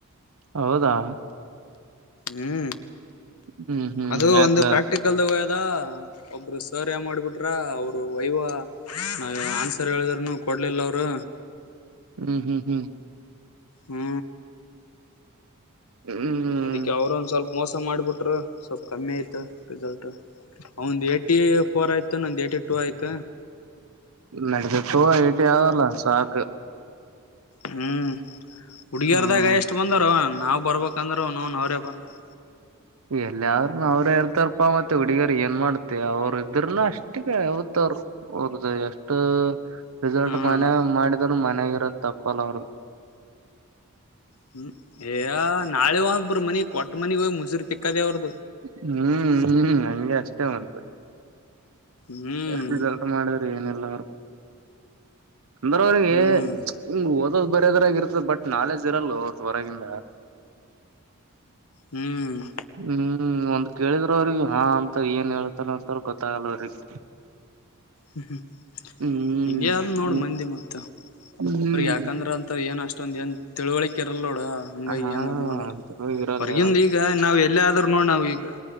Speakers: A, on the right; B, on the left.
A: ಹೌದಾ
B: ಹ್ಮ್
A: ಹ್ಮ್ ಹ್ಮ್
B: ಅದು
A: ಯಾಕ
B: ಒಂದು ಪ್ರಾಕ್ಟಿಕಲ್, ದ ಒಬ್ರು ಸರ್ ಏ ಮಾಡಬಿಟ್ರ ಅವರು ವೈವ ನಾವ ಆನ್ಸರ್ ಹೇಳಿದ್ನು ಕೊಡ್ಲಿಲ್ಲ ಅವರು,
A: ಹ್ಮ್ ಹ್ಮ್ ಹ್ಮ್
B: ಹ್ಮ್
A: ಹ್ಮ್
B: ಅದಕ್ಕೆ ಅವರು ಒಂದ್ ಸ್ವಲ್ಪ ಮೋಸ ಮಾಡ್ಬಿಟ್ರು ಸ್ವಲ್ಪ ಕಮ್ಮಿ ಆಯ್ತ, ರಿಸಲ್ಟ್ ಅವಂದ ಏಟಿ ಫೋರ್ ಆಯ್ತು ನಂದ ಏಿ ಟೂ ಆಯ್ತ,
A: ನಡದತ್ತುು ಟಿ ಆಲ್ಲ ಸಾಕ್,
B: ಹ್ಮ್ ಹುಡ್ಗಿಯರದಾಗ
A: ಹ್ಮ್
B: ಎಷ್ಟು ಬಂದಾರ, ನಾವವು ಬರ್ಬೇಕಂದ್ರೆನು ಅವ್ರೇ ಬಂದ್ರ್
A: ಎಲ್ಲಾರನು ಅವ್ರ ಇರ್ತಾರಪ್ಪಾ ಮತ್ತೆ ಹುಡಿಗರ್ ಏನ್ ಮಾಡ್ತೆ ಅವರು ಇದ್ರೂನು ಅಷ್ಟ, ಯಾವತ್ತುಾರ ಅವರು, ಎಷ್ಟು ರಿಸಲ್ಟ್
B: ಹ್ಮ್
A: ಮನೆ ಮಾಡಿದ ಮನೆೆಯಗಿರದು ತಪ್ಪಲರು
B: ಹ್ಮ್ ಏ ನಾಳೆ ಒಬ್ರ ಮನಿಗ್ ಕೊಟ್ಟ ಮನಗ್ ಹೋಗ್ ಮುಸಿರು ತಿಕ್ಕದೇ ಅವರದು
A: ಹ್ಮ್ ಹ್ಮ್ ಹಂಗೆ ಅಷ್ಟೇ ಮಂತ
B: ಹ್ಮ್
A: ಎಷ್ಟ ರಿಸಲ್ಟ್ ಮಾಡಿದ ಅಏನ ಎಲ್ಲ ಅಂದ್ರ ಅವ್ರಿಗೆ
B: ಹ್ಮ್
A: ಹಂಗ ಹ ಬರದ್ರಾಗಿ ಇರ್ತದೆ ಬಟ್ ನಾಲೆಜ್ ಇರಲ್ ಅವ್ರದ ಹೊರಗಿಂದ
B: ಹ್ಮ್
A: ಹ್ಮ್ ಒಂದ್ ಕೇಳಿದ್ರ ಅವ್ರಿಗೆ ಹಾ ಅಂತ ಏನ್ ಹೇಳ್ತಾರ ಅಂತ್ರ ಗೊತ್ತಾಗಲ್ಲ ಅವ್ರಿಗೆ
B: ಹ್ಮ್ ಹ್ಮ್
A: ಹ್ಮ್
B: ಹೆಂಗಗೆ ಯಾರು ನೋಡ
A: ಹ್ಮ್
B: ಮಂದಿ ಮತ್ತ,
A: ಹ್ಮ್
B: ಅವ್ರಗ್ ಯಾಕಂದ್ರ ಅಂತ ಏನ್ ಅಷ್ಟೊಂದ ಏನ್ ತಳುವಳಿಕಿರಲೊಡ ಹ ಹಂಗಾಗಿ
A: ಹಾ
B: ಏನ್ ಅದ್ ಮಾಡಲ್ಲ
A: ಅಂತ ಇರಲ್ಲ
B: ಹೊರ್ಗಿಂದ
A: ಇರಲ್ಲ
B: ಈಗ ನಾವ್ ಎಲ್ಲ ಆದ್ರು ನೋಡ್ ನಾವಿಗ.